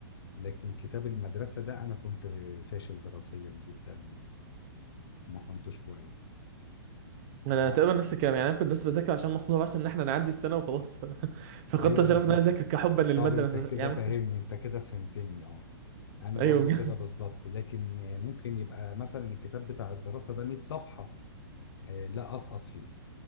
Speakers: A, on the left; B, on the right.
A: لكن كتاب المدرسة ده انا كنت فاشل دراسيا جدا ما كنتش كويس
B: انا
A: آه.
B: تقريبا نفس الكلام يعني انا كنت بس بذاكر عشان محمود بس ان احنا نعدي السنه وخلاص ف... <laughs> فقدت
A: ايوه
B: الشغف
A: بالظبط
B: ان انا اذاكر
A: كده
B: كحبا للماده
A: طب انت
B: نفسها
A: كده
B: يعني
A: فاهمني
B: ممكن
A: انت كده فهمتني اه انا برضو
B: ايوه بجد
A: كده بالظبط لكن آه، ممكن يبقى مثلا الكتاب بتاع الدراسة ده 100 صفحة آه، لا اسقط فيه